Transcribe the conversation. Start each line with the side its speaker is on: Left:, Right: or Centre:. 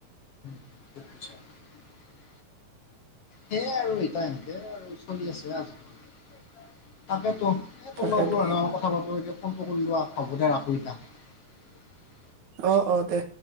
Left: <inaudible> সেইয়াই আৰু এতিয়া এনেকে আৰু চলি আছে, আজি তাকেতো। এ, তো,
Right: তাকেতো
Left: লগ, বোলো কথা পাতো, এতিয়া ফোনটো কৰিলো হ'ব দে ৰাখো এ, তাক
Right: আহ, অ, দে